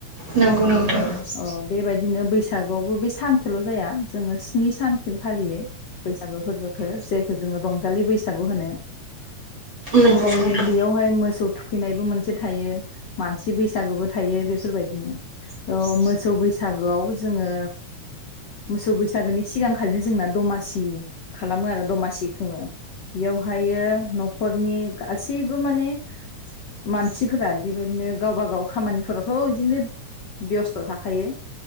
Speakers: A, on the right; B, on the left.
A: नंगौ नोंथां।
B: जोङो अ बेबायदिनो बैसागुआवबो बे सानसेल' जाया जोङो स्नि सानसिम फालियो, बैसागु फोर्बो जायखौ जोङो रंजालि बैसागु होनो।
A: नंगौ
B: ओमफायो
A: नोंथां
B: बेयावहाय मोसौ। थुखैनायबो मोन से थायो, मानसि बैसागोबो थायो बेफोरबायदि। अ मोसौ बैसागोआव जोङो मोसौ बैसागोनि सिगांखालिनो जोंना दमासि। खालामो आरो दमासि खुङो बेयावहाय ओमफायो न'खरनि गासैबो माने मानसिफोरा बेबायदिनो गावबा गाव खामानिफोरावथ' इदिनो बेस्थ' थाखायो।